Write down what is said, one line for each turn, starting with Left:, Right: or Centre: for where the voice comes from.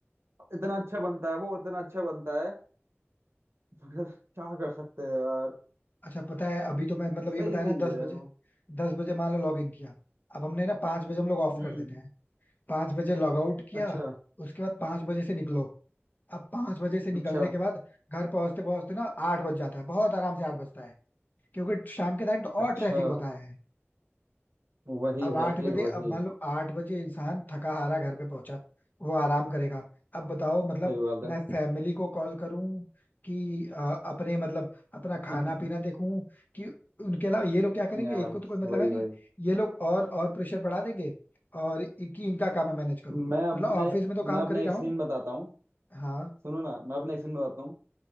Right: इतना अच्छा बनता है वो इतना अच्छा बनता है मगर क्या कर सकते हैं यार
Left: अच्छा पता है अभी तो मैं मतलब ये
Right: सही
Left: बताया
Right: सही
Left: ना
Right: है
Left: दस
Right: यार
Left: बजे
Right: वो
Left: दस बजे मान लो लॉग इन किया अब हमने ना पांच बजे हम लोग ऑफ
Right: हम्म
Left: कर देते हैं पांच बजे लॉग आउट किया
Right: अच्छा
Left: उसके बाद पांच बजे से निकलो अब पांच बजे से निकलने
Right: अच्छा
Left: के बाद घर पहुंचते पहुंचते ना आठ बज जाता है बहुत आराम से आठ बजता है क्योंकि शाम के टाइम तो और
Right: अच्छा
Left: ट्रैफिक होता है
Right: वही
Left: अब आठ
Right: भाई
Left: बजे
Right: वही
Left: अब मान लो आठ बजे इंसान थका हारा घर पे पहुंचा वो आराम करेगा अब बताओ मतलब
Right: सही बात है
Left: मैं फैमिली को कॉल करूं कि अ, अपने मतलब अपना
Right: <laughs>
Left: खाना पीना देखूं कि उनके अलावा ये लोग क्या करेंगे
Right: यार
Left: इनको तो कोई मतलब
Right: वही
Left: है नहीं
Right: वही
Left: ये लोग और और प्रेशर बढ़ा देंगे और इनकी इनका काम है मैनेज करूं
Right: मैं अपने
Left: मतलब ऑफिस में तो काम
Right: मैं अपने
Left: कर ही रहा
Right: एक सीन
Left: हूँ
Right: बताता हूँ
Left: हाँ
Right: सुनो ना मैं अपने एक सीन बताता हूँ